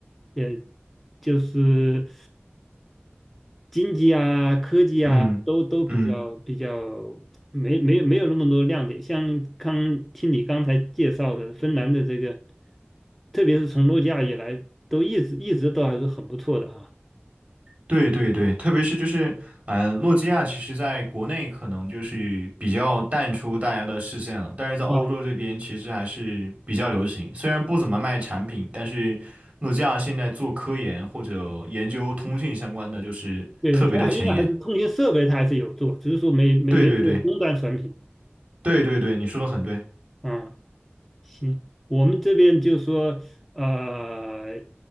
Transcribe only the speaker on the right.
嗯嗯。
对对对，特别是就是，嗯、诺基亚其实在国内可能就是比较淡出大家的视线了，但是在欧洲这边其实还是比较流行。
虽然不怎么卖产品，但是诺基亚现在做科研或者研究通信相关的，就是特别的前沿。
对对对对对对，你说的很对。